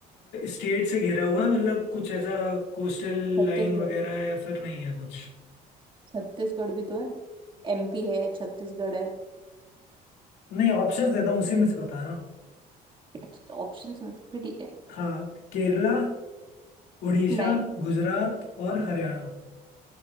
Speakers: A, on the left; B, on the right.
A: स्टेट से घिरा हुआ है मतलब कुछ ऐसा कोस्टल
B: छत्तीसगढ़
A: लाइन वगैरह है या फिर नहीं है कुछ
B: छत्तीसगढ़ भी तो है एमपी है छत्तीसगढ़ है
A: नहीं ऑप्शंस देता हूँ उसी
B: हम्म,
A: में से बताना
B: अच्छा ऑप्शन में से फिर ठीक है
A: हाँ केरला उड़ीसा
B: नहीं
A: गुजरात और हरियाणा